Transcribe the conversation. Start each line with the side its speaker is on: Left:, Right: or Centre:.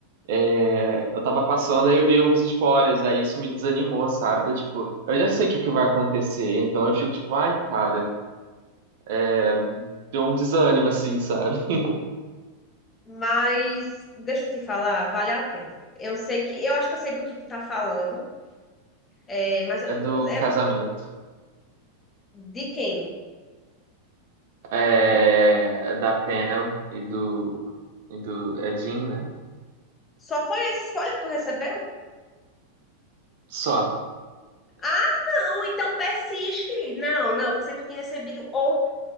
Right: É, eu tava passando, aí eu vi alguns spoilers, aí isso me desanimou, sabe? Então, tipo, eu já sei o que que vai acontecer, então eu fico tipo, ai, cara, é, deu um desânimo, assim, sabe? <laughs>
Left: Mas deixa eu te falar, vale a pena. Eu sei que, eu acho que eu sei do que tu tá falando, é, mas eu
Right: É do
Left: não- é,
Right: casamento.
Left: de quem?
Right: É, é da Pam e do, e do, é Jim, né?
Left: Só foi esse spoiler que tu recebeu?
Right: Só.
Left: Ah, não, então persiste. Não, não, pensei que tu tinha recebido outro